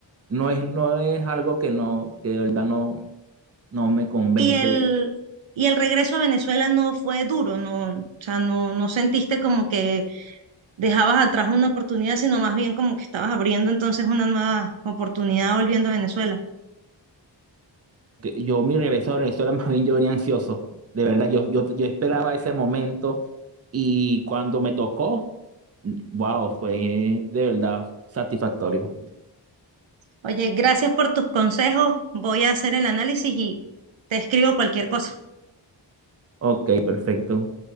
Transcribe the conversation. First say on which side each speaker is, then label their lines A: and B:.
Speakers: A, on the right; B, on the right.
A: no es, no es algo que no, que de verdad no, no me convence.
B: y el, y el regreso a Venezuela no fue duro, no, o sea, no, no sentiste como que dejabas atrás una oportunidad, sino más bien como que estabas abriendo entonces una nueva oportunidad volviendo a Venezuela.
A: Que yo mi regreso a Venezuela, <laughs> más bien yo venía ansioso. De verdad, yo, yo, yo esperaba ese momento y cuando me tocó, wow, fue de verdad satisfactorio.
B: Oye, gracias por tus consejos. Voy a hacer el análisis y te escribo cualquier cosa.
A: Ok, perfecto.